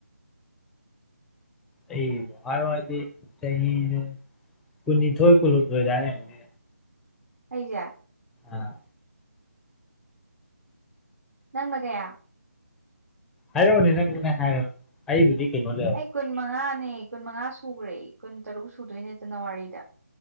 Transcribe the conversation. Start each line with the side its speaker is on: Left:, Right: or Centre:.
Centre: ꯑꯩꯕꯨ ꯍꯥꯏꯌꯣ ꯍꯥꯏꯔꯗꯤ ꯆꯍꯤꯖꯦ ꯀꯨꯟꯅꯤꯊꯣꯏ ꯀꯨꯟꯍꯨꯝꯗꯣꯏ ꯑꯗꯨꯃꯥꯏ ꯂꯩꯔꯝꯒꯅꯤ
Right: ꯑꯩꯖ
Centre: ꯑꯥ
Right: ꯅꯪꯅ ꯀꯌꯥ
Centre: ꯍꯥꯏꯔ‌ꯎꯅꯦ ꯅꯪ ꯅꯪ ꯍꯥꯏꯔꯧ ꯑꯩꯕꯨꯗꯤ ꯀꯩꯅꯣꯗꯥ
Right: ꯑꯩ ꯀꯨꯟ ꯃꯉꯥꯅꯦ ꯀꯨꯟ ꯃꯉꯥ ꯁꯨꯈ꯭ꯔꯦ ꯀꯨꯟ ꯇꯔꯨꯛ ꯁꯨꯗꯣꯏꯅꯦ ꯖꯅꯋꯥꯔꯤꯗ